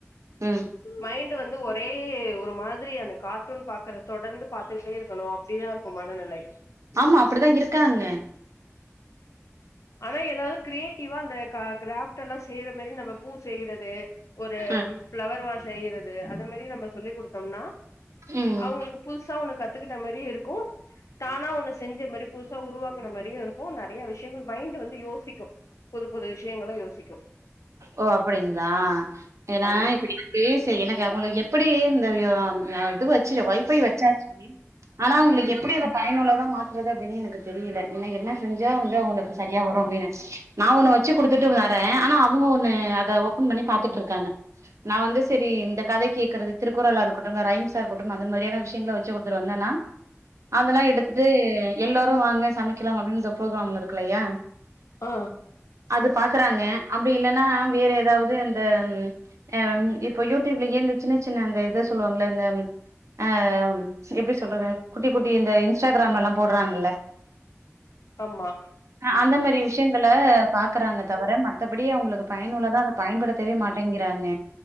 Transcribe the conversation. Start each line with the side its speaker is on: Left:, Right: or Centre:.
Right: ம்
Left: மைன் டு வந்து ஒரே ஏ ஒரு மாதிரி அந்த கார்ட்டூன் பாக்குற தொடர்ந்து பாத்துக்குட்டே இருக்கணு அப்டிதா இருக்கு மனநிலை
Right: ஆமா அப்டிதா இருக்காங்க
Left: ஆனா ஏதாவ்து க்ரியேட்டிவ்வா அந்த கா க்ராஃப்ட்டெல்லா செய்ற மேரி நம்ம பூ செய்றது ஒரு
Right: அ
Left: ஃப்ளவர் வாஷ் செய்யிறது அத மாரி நம்ம சொல்லிக் குடுத்தோம்னா
Right: ம்
Left: அவுங்களுக்கு புதுசா ஒன்னு கத் துக்குட்ட மாரியு இருக்கு தானா ஒன்னு செஞ்ச மேரி புதுசா உருவாக்குன மாரியு இருக்கு நறைய விஷயங்கள் மைண்டு வந்து யோசிக்கு புதுப் புது விஷயங்கள யோசிக்கு
Right: ஓ அப்டிங்ளா ஏன்னா
Left: ஆமா
Right: இப்ப எனக்கு செ எனக்கு அவ்ங்கள எப்படி <unintelligible> டு வச்சிடு வைஃபை வச்சாச்சி ஆனா அவ்ங்களுக்கு
Left: ம்
Right: எப்டி அத பயனுள்ள தா மாத்துறது அப்டினு எனக்கு தெரியில இன்ன என்ன செஞ்சா வந்து அவுங்களுக்கு சரியா வரு அப்டினு நா ஒன்னு வச்சுக் குடுத்துட்டு வரே ஆனா அவ் ங்க ஒண்ணு அத ஓப்பன் பண்ணி பாத்துட்ருக்காங்க நா வந்து செரி இந்தக் கதை கேக்குறதுக் திருக்குறளா இருக்கட்டும் இந்த ரைம்ஸா இருக்கட்டு அந்த மாரியான விஷ் யங்கள வச்சு குடுத்துட்டு வந்தேன்னா அதெல்லா எடுத்துட்டு எல்லோரு வாங்க சமைக்கிலாம் அப்டின்னு இந்த ப்ரோக்ராம் ஒண்ணு இருக்குல்லையா
Left: ஆ
Right: அது பாக்குறாங்க அப்டி இல்லன் நா வேற ஏதாவது அந்த அம் இப்ப யூடியூப்லே இந்த சின்ன சின்ன அந்த இத சொல்லுவாங்கள்ல இந்த அ எப்டி சொல்றது குட்டி குட்டி இந்த இன்ஸ்டாகிராமெல்லாம் போடுறாங்கல்ல
Left: ஆமா
Right: அ அந்த மாரி விஷயங்களே பாக்குறாங்களே தவிர ம மத்தபடி அவங்களுக்கு பயனுள்ளதான் அத பயன்படு த்தவே மாட்டேங்கிறாங்க